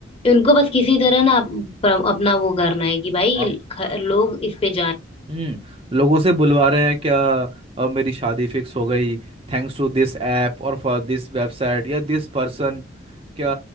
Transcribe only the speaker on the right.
अब
हम्म लोगों से बुलवा रहे हैं क्या अब मेरी शादी फिक्स हो गई थैंक्स टू दिस ऐप और फॉर दिस वेबसाइट या दिस पर्सन क्या